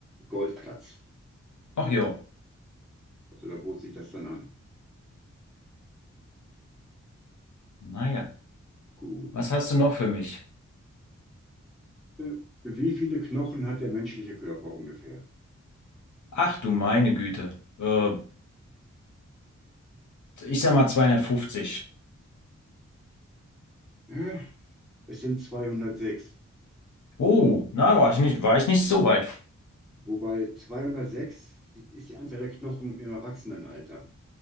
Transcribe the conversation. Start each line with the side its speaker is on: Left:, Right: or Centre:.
Centre: Golfplatz.
Left: Ach jo.
Centre: Also da bot sich das dann an.
Left: Naja.
Centre: Gut.
Left: Was hast du noch für mich?
Centre: Äh, Wie viele Knochen hat der menschliche Körper ungefähr?
Left: Ach du meine Güte. Äh, ich sag mal 250.
Centre: Äh, Es sind zweihundertsechs,
Left: Oh, na, war ich nicht, war ich nicht so weit.
Centre: Wobei 206 ist die Anzahl der Knochen im Erwachsenenalter.